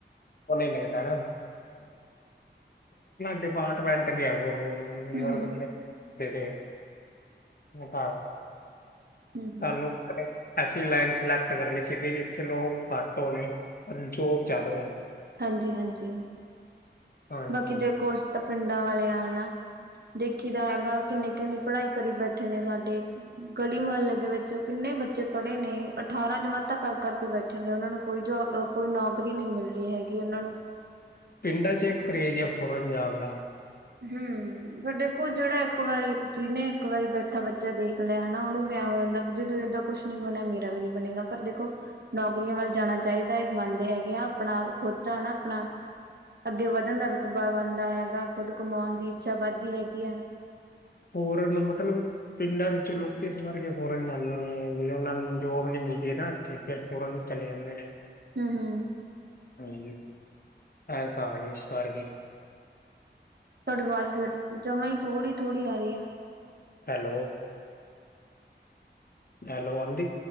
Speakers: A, on the left; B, on the right.
A: ਫੋਨ ਨਹੀ ਲੱਗਦਾ ਡਿਪਾਰਟਮੈਂਟ ਨ ਆ ਗੌਰਮਟ
B: ਹੂੰ-ਹੂੰ,
A: ਮਪੜ ਤਾਂ <unintelligible> <unintelligible>
B: ਹੂੰ-ਹੂੰ,
A: ਤੁਹਾਨੂੰ ਕਦੇ ਐਸੀ ਲਾਈਨ ਸਿਲੈਕਟ ਕਰਨੀ ਚਾਹੀਦੀ ਜਿੱਥੇ ਲੋਕ ਘੱਟ ਹੋਣੇ ਜੋ ਵੀ ਜ਼ਿਆਦਾ ਹੋਵੇ।
B: ਹਾਂਜੀ, ਹਾਂਜੀ।
A: ਹਾਂਜੀ
B: ਬਾਕੀ ਦੇਖੋ ਅਸੀਂ ਤਾਂ ਪਿੰਡਾਂ ਵਾਲੇ ਆ ਨਾ ਦੇਖੀ ਦਾ ਹੈਗਾ ਕਿੰਨੇ, ਕਿੰਨੀ ਪੜ੍ਹਾਈ ਕਰੀ ਬੈਠੇ ਨੇ ਸਾਡੇ ਗਲੀ ਮੁਹੱਲੇ ਦੇ ਵਿੱਚ ਕਿੰਨੇ ਬੱਚੇ ਪੜ੍ਹੇ ਨੇ ਅਠਾਰਾਂ ਜਮਾਤਾਂ ਕਰ, ਕਰ ਕੇ ਬੈਠੇ ਬੇਠੇ ਨੇ ਉਹਨਾਂ ਨੂੰ ਕੋਈ ਜੋਬ ਕੋਈ ਨੌਕਰੀ ਨੀ ਮਿਲ ਰਹੀ ਹੈਗੀ ਉਹਨਾਂ ਨੂੰ
A: ਪਿੰਡਾਂ ਚ ਕਰੇਜ ਆ ਫੋਰਨ ਜਾਣ ਦਾ
B: ਹੁ ਫੇਿਰ ਦੇਖੋ ਜਿਹੜਾ ਇੱਕ ਵਾਰੀ ਜਿਹਨੇ ਇੱਕ ਵਾਰੀ ਬੈਠਾ ਬੱਚਾ ਦੇਖ ਲਿਆ ਹਨਾ ਉਹਨੂੰ ਵਿਆਹ ਹੋ ਜਾਂਦਾ ਵੀ ਜਦੋਂ ਏਦਾਂ ਕੁੱਛ ਨਹੀ ਬਣਿਆ ਮੇਰਾ ਵੀ ਨੀ ਬਣੇਗਾ ਪਰ ਦੇਖੋ ਨੌਕਰੀਆਂ ਵੱਲ ਜਾਣਾ ਚਾਹੀਦਾ ਹੈ ਮੰਨਦੇ ਹੈਗੇ ਆ ਆਪਣਾ ਖੁਦ ਦਾ ਨਾ ਆਪਣਾ ਅੱਗੇ ਵੱਧਣ ਦਾ ਰੁਤਬਾ ਬਣਦਾ ਹੈਗਾ ਖੁਦ ਕਮਾਉਣ ਦੀ ਇੱਛਾ ਵੱਧਦੀ ਹੈਗੀ ਆ।
A: ਹੋਰ ਮਤਲਬ ਪਿੰਡਾਂ ਵਿੱਚ ਲੋਕੀ ਕਿਸ ਕਰਕੇ ਫੋਰਨ ਜਾਂਦੇ ਨੇ ਵੀ ਉਹਨਾਂ ਨੂੰ ਜੋਬ ਨੀ ਮਿਲਦੀ ਨਾ ਤੇ ਫਿਰ ਫੋਰਨ ਚਲੇ ਜਾਂਦੇ ਨੇ
B: ਹੁ, ਹੁ
A: ਹਾਂਜੀ ਐਸ <unintelligible>
B: ਤੁਹਾਡੀ ਆਵਾਜ਼ ਫੇਰ ਜਮਾ ਥੋੜ੍ਹੀ, ਥੋੜ੍ਹੀ ਆ ਰਹੀ ਹੈ।
A: ਹੈਲੋ। ਹੈਲੋ। ਹਾਂਜੀ!